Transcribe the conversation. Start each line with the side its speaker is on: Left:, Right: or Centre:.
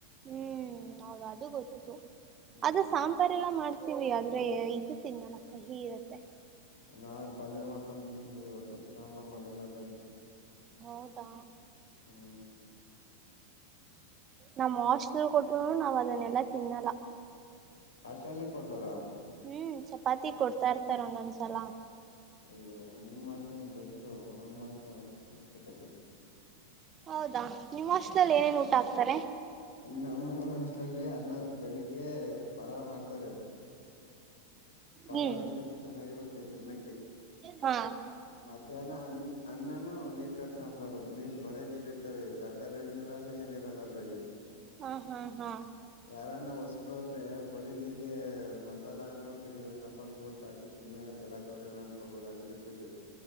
Right: ಹ್ಮ್ ಹೌದು ಅದು ಗೊತ್ತು
Left: ಹ್ಮ್
Right: ಅದು ಸಾಂಬಾರ ಎಲ್ಲ ಮಾಡ ತವಿ ಆದ್ರೆ ಇದು ತಿನ್ನಲ್ಲ ಕಹಿ ಇರತ್ತೆ
Left: ನಾವವು ಪಲ್ಯ ಮಾಡ್ಕೊಂಡು ತಿಂದ್ ಇವತ್ತು ಸಾಂಬಾರ್ ಮಾಡಿಲ್ಲ ಅದ್ರಾಗಿ
Right: ಹೌದಾ
Left: ಹ್ಮ್
Right: ನಮ್ಮ್ ಹಾಸ್ಟಲ್ ಕೊಟ್ಟರು ನಾವು ಅದನ್ನೆಲ್ಲಾ ತಿನ್ನಲ್ಲ
Left: ಅಷ್ಟಲ್ಲಿ ಕೊಡ್ತಾರ
Right: ಹ್ಮ್ ಚಪಾತಿ ಕೊಡ್ತಾ ಇರ್ತಾರ ಒಂದೊಂದ್ಸಲ
Left: ಅಯ್ಯೋ ನಿಮ್ಮ ಅಸ್ಲಿ ಬೆಸ್ಟ್ ನಮ್ಮಸ್ಲು ಎಷ್ಟೇ ಕತೆ
Right: ಹೌದಾ ನಿಮ್ಮ್ ಅಸ್ಲಲ್ಲಿ ಏನೇನ್ ಊಟ ಆಗ್ತಾರೆ
Left: ನಮ್ಮ ಅಸ್ಲಲ್ಲಿ ಅರ್ನ ಬೆಳಿಗ್ಗೆ ಪಲಾವ್ ಮಾಡ್ತಾರೆ
Right: ಹ್ಮ್
Left: ಲ ವಷ್ಟ ಚೆನ್ನಾಗಿರುತ್ತೆ ಪನ್ನ
Right: ಹಾ
Left: ಮಧ್ಯಾಹ್ನ ಅ ಅನ್ನಾನ ನೀರ್ ಕಟ್ಟ ಸಾಂಬಾರು ನೀರ್ ಬರೇ ನೀರ್ ಇರ್ತವೆ ತರಕಾರಿ ನೀರಲ್ಲ ಏನ ಇರಲ್ಲ ಅದ್ರಾಗ
Right: ಹಾ ಹಾ ಹಾ
Left: ಾರಾನ ಹೊಸಬರೋದ್ರೆ ಬರೀ ನೀರ್ಗೆ ಮಸಾಲಾನೂ ತಿರುಗ ಸಂಬರ್ಪುರ್ ಹಾಕಿ ಸುಮ್ನೆ ಕಲಾಕಾರ ಏನ ಅನ್ಕೋಬೋದು ಹಂಗಿರ್ತತಿ